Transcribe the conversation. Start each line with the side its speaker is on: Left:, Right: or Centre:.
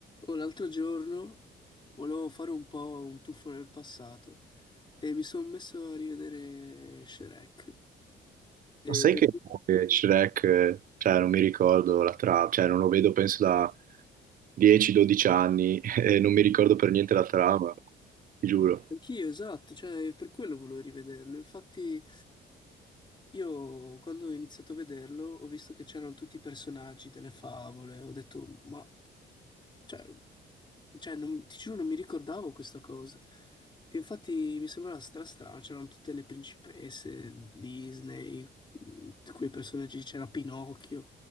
Left: Oh, l'altro giorno volevo fare un po' un tuffo nel passato e mi sono messo a rivedere Shrek.
Right: Ma
Left: E
Right: sai
Left: devo-
Right: che
Left: <laughs>
Right: eh, Shrek, eh, cioè non mi ricordo la trama, cioè non lo vedo penso da 10-12 anni <laughs> e non mi ricordo per niente la trama, ti giuro.
Left: Anch'io, esatto, cioè per quello volevo rivederlo. Infatti io quando ho iniziato a vederlo ho visto che c'erano tutti i personaggi delle favole, ho detto ma cioè, cioè, non, ti giuro non mi ricordavo questa cosa. E infatti mi sembrava stra strano, c'erano tutte le principesse Disney, mh, quei personaggi, c'era Pinocchio.